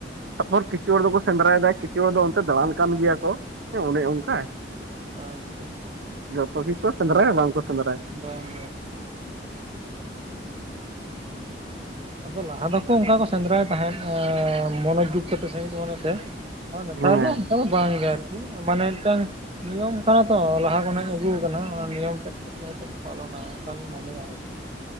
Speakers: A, on the right (about 80°); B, on the right (about 30°).
A: ᱛᱟᱨᱯᱚᱨ ᱠᱤᱪᱷᱩ ᱦᱚᱲ ᱫᱚᱠᱚ ᱥᱮᱸᱫᱽᱨᱟᱭ ᱮᱫᱟ ᱠᱤᱪᱷᱩ ᱦᱚᱲ ᱫᱚ ᱚᱱᱛᱮ ᱫᱟᱬᱟᱱ ᱠᱟᱱ ᱜᱮᱭᱟ ᱠᱚ ᱦᱮᱸ ᱚᱱᱮ ᱚᱱᱠᱟ
B: ᱦᱮᱸ ᱟᱪᱪᱷᱟ
A: ᱡᱚᱛᱚ ᱜᱮᱠᱚ ᱥᱮᱸᱫᱽᱨᱟᱭᱟ ᱵᱟᱝ ᱠᱚ ᱥᱮᱸᱫᱽᱨᱟᱭᱟ᱾
B: ᱵᱟᱝ ᱵᱟᱝ ᱟᱫᱚ ᱞᱟᱦᱟ ᱫᱚᱠᱚ ᱚᱱᱠᱟ ᱠᱚ ᱥᱮᱸᱫᱽᱨᱟᱭ ᱛᱟᱦᱮᱸᱫ ᱢᱚᱱᱮ ᱡᱩᱜ ᱛᱮ ᱥᱮ ᱢᱤᱫ ᱢᱚᱱᱮ ᱛᱮ ᱦᱚᱸ ᱱᱮᱛᱟᱨ
A: ᱦᱮᱸ
B: ᱫᱚ ᱚᱱᱠᱟ ᱫᱚ ᱵᱟᱝ ᱜᱮ ᱟᱨᱠᱤ ᱢᱟᱱᱮ ᱢᱤᱫ ᱴᱟᱝ ᱱᱤᱭᱚᱢᱼᱼ ᱠᱟᱱᱟ ᱛᱚ ᱞᱟᱦᱟ ᱠᱷᱚᱱᱟᱜ ᱤᱧ ᱟᱹᱜᱩ ᱟᱠᱟᱱᱟ ᱚᱱᱟ ᱱᱤᱭᱚᱢ ᱛᱮᱫ ᱠᱟᱹᱴᱤᱡ ᱦᱚᱭᱛᱳ ᱠᱚ ᱯᱟᱞᱚᱱᱟ ᱚᱱᱠᱟᱞᱤᱧ ᱢᱚᱱᱮᱭᱟ ᱦᱚᱭᱛᱚ